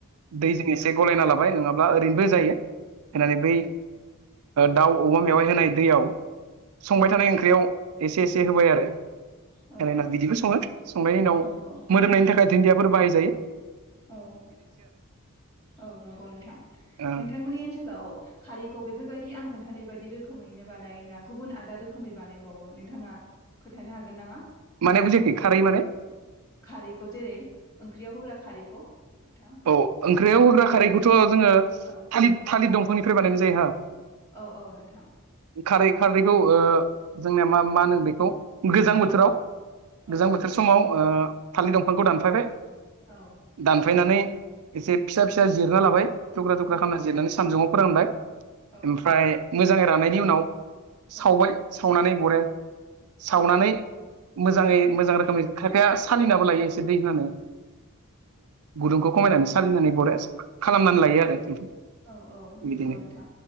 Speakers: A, on the right; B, on the left.
A: दैजों एसे गलायना लाबाय नङाबा ओरैनोबो जायो होननानै बै दाउ अमा मेवाइ होनाय दैयाव संबाय थानाय ओंख्रियाव एसे एसे होबाय आरो
B: औ
A: बिदिखौ सङो संनायनि उनाव
B: औ
A: मोदोमनायनि थाखाय धोनदियाफोर बाहाय जायो
B: औ औ नंगौ नोंथां
A: ओ
B: नोंथांमोननि ओनसोलाव खारै बेफोरबायदि आं खोन्थानाय बायदि रोखोमैनो बानाया गुबुन आलदा रोखोमै बानायबावो नोंथाङा खोनन्थानो हागोन नामा
A: माने बुजिाखै खारै माने
B: खारैखौ जेरै ओंख्रियाव होग्रा खारैखौ नोंथां
A: औ ओंख्रियाव होग्रा खारैखौथ जोङो
B: औ
A: थालिर थालिर दंफांनिफ्राय बानायनाय जायो हा
B: औ औ नोंथां
A: खारै खारैखौ ओ जोंनिया मा मा होनो बेखौ गोजां बोथोराव
B: औ
A: गोजां बोथोर समाव ओ फालिर दंफांखौ दानफायबाय
B: औ
A: दानफायनानै एसे फिसा फिसा जिरना लाबाय थुख्रा थुख्रा
B: औ
A: खालामना जिरनानै सानदुङाव फोरानबाय
B: औ
A: ओमफ्राय मोजाङै राननायनि उनाव सावबाय
B: औ
A: सावनानै हरो सावनानै मोजाङै मोजां रोखोमै खायफाया सालिनाबो लायो एसे दै होनानै गुदुंखौ खमायनानै सालिनानै बरा खालामनानै
B: औ
A: लायो आरो
B: औ औ नंगौ
A: बिदिनो
B: नोंथां